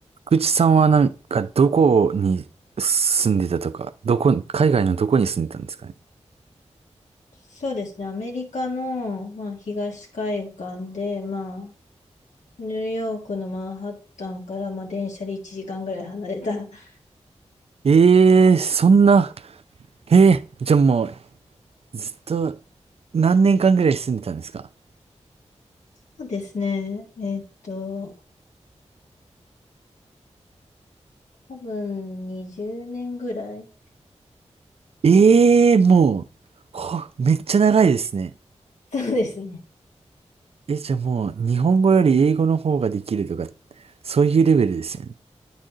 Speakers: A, on the right (about 55°); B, on the left (about 80°).
A: 口さんはなんかどこに住んでたとか、どこ、海外のどこに住んでたんですかね。
B: そうですね。アメリカの、まあ、東海岸で、まあ、ニューヨークのマンハッタンから、まあ、電車で1時間ぐらい離れた。<laughs>
A: ええー、そんな、ええー、じゃあもうずっと何年間ぐらい住んでたんですか。
B: そうですね。えっと、多分20年ぐらい。
A: ええー、もう、ほめっちゃ長いですね。
B: そうですね。
A: え、じゃあもう日本語より英語の方ができるとか、そういうレベルですよね。